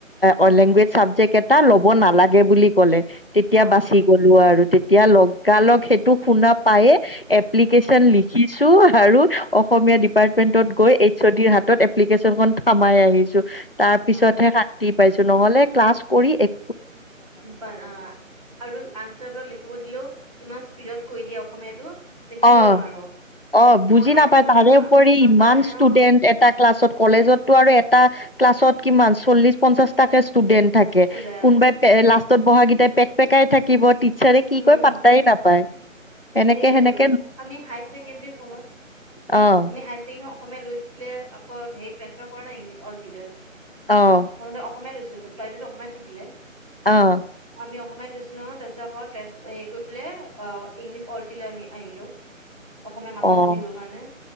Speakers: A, on the left; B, on the right.
A: অ' লেংগুৱেজ চাবজেক্ট এটা ল'ব নালাগে বুলি ক'লে। তেতিয়া
B: অ
A: বাচি
B: অ
A: গলোঁ আৰু। তেতিয়া লগালগ সেইটো শুনা পায়েই এপ্লিকেশন
B: অ
A: লিখি তো আৰু অসমীয়া ডিপাৰ্টমেন্টত গৈ এইচ অ ডিৰ হাতত এপ্লিকেশচনখন থমাই এৰিছোঁ তাৰ পিছতহে
B: অ
A: শান্তি পাইছোঁ। নহ'লে ক্লাছ কৰি এক
B: পাৰা আৰু আনচাৰবিলাক লিখিব দিলেও ইমান স্পীডত কৈ দিয়ে অসমীয়াটো। লিখিবই
A: অ'-
B: নোৱাৰো
A: অ' বুজি
B: মই হাই
A: নাপায়।
B: আমিতো
A: তাৰে
B: হা
A: উপৰি
B: নাপায়
A: ইমান ষ্টুডেন্ট
B: অ
A: এটা ক্লাছত
B: ষ্টুডেন্ট
A: কলেজতটো আৰু এটা ক্লাছত কিমান? চল্লিশ-পঞ্চাশটাকে ষ্টুডেন্ট থাকে।
B: ষ্টুডেন্ট
A: কোনবাই পে
B: উম
A: লাষ্টত বহা কেইটাই পেক পেকাই থাকিব। টিচাৰে কি
B: উম
A: কয় পাতাই নাপায়। এনেকে
B: সেইটোয়ে
A: সেনেক
B: আমি হাইছেকেনদ্ৰি সময়ত
A: অ',
B: আমি হাইছেকেনদ্ৰিত অসমীয়া লৈছিলে কত হেৰি ট্ৰেঞ্চফাৰ কৰা নাই ইংলিছ অলটি লৈ
A: অ',
B: প্ৰথমতে অসমীয়া লৈছোঁ। <unintelligible> তাইটেলটো অসমীয়াত থাকিলে।
A: অ'।
B: আমি অসমীয়াত লৈছিলোঁ নহয়। তাৰপিছত আক' ট্ৰেঞ্চফ হেৰি কৰি পেলাই অ' ইংলিছ অলটিলৈ নি আহিলোঁ। অসমীয়া মাথা
A: অ'
B: উপুতি গ'ল কাৰণে